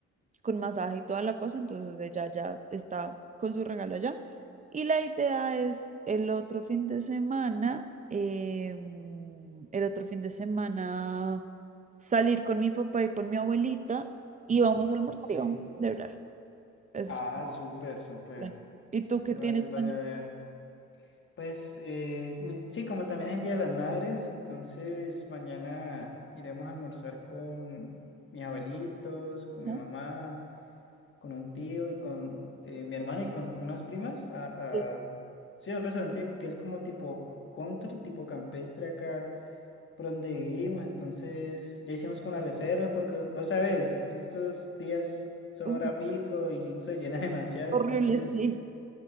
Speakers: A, on the right; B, on the left.
A: con masaje y toda la cosa, entonces ella ya está con su regalo allá. Y la idea es el otro fin de semana, eh, el otro fin de semana salir con mi papá y con mi abuelita y vamos a almorzar
B: sí.
A: y vamos a celebrar. Eso
B: Ah,
A: es como
B: súper, súper.
A: plan. ¿Y tú
B: Hola,
A: qué tienes?
B: les vaya
A: planeado?
B: bien. Pues eh, ni- sí, como también es el Día de las Madres, entonces mañana iremos a almorzar con mis abuelitos, con mi
A: Ah,
B: mamá, con un tío y con eh, mi hermana y con unas primas a,
A: sí.
B: a- sí, a un restaurante que es como tipo country, tipo campestre acá por donde vivimos. Entonces ya hicimos con la reserva porque vos sabes, estos días son
A: Uy,
B: hora pico y se llena <laughs> demasiado,
A: horrible,
B: entonces...
A: sí.